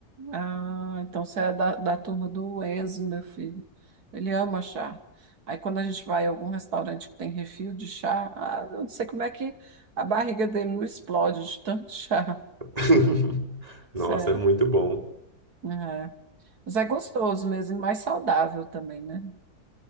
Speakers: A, on the right; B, on the right.
A: Ah, então você é da, da turma do Enzo, meu filho. Ele ama chá. Aí quando a gente vai a algum restaurante que tem refil de chá, ah, eu não sei como é que a barriga dele não explode de tanto <laughs> chá.
B: <laughs>
A: Sério.
B: Nossa, é muito bom.
A: É. é. Mas é gostoso mesmo e mais saudável também, né?